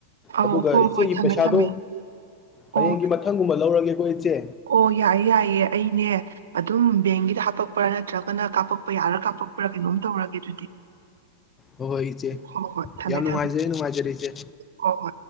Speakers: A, on the right; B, on the left.
A: ꯑꯧ
B: ꯑꯗꯨꯒ
A: ꯍꯣ
B: ꯏꯆꯦꯒꯤ
A: ꯍꯣꯏ ꯊꯝꯃꯦ
B: ꯄꯩꯁꯥꯗꯣ
A: ꯊꯝꯃꯦ
B: ꯍꯌꯦꯡꯒꯤ
A: ꯑꯣ
B: ꯃꯊꯪꯒꯨꯝꯕ ꯂꯧꯔꯒꯦꯀꯣ ꯏꯆꯦ꯫
A: ꯑꯣ ꯌꯥꯏꯌꯦ ꯌꯥꯏꯌꯦ ꯑꯩꯅꯦ ꯑꯗꯨꯝ ꯕꯦꯡꯒꯤꯗ ꯍꯥꯞꯄꯛꯄ꯭ꯔꯥ ꯅꯠꯇ꯭ꯔꯒꯅ ꯀꯥꯞꯄꯛꯄ ꯌꯥꯔꯥ ꯀꯥꯞꯄꯛꯄ꯭ꯔꯥ ꯀꯩꯅꯣꯝ ꯇꯧꯔꯒꯦ ꯑꯗꯨꯗꯤ꯫
B: ꯍꯣꯏ ꯍꯣꯏ ꯏꯆꯦ
A: ꯍꯣꯏ ꯍꯣꯏ ꯊꯝꯃꯦ
B: ꯌꯥꯝ ꯅꯨꯡꯉꯥꯏꯖꯔꯦ
A: ꯊꯝꯃꯦ
B: ꯅꯨꯡꯉꯥꯏꯖꯔꯦ ꯏꯆꯦ꯫
A: ꯍꯣꯏ ꯍꯣꯏ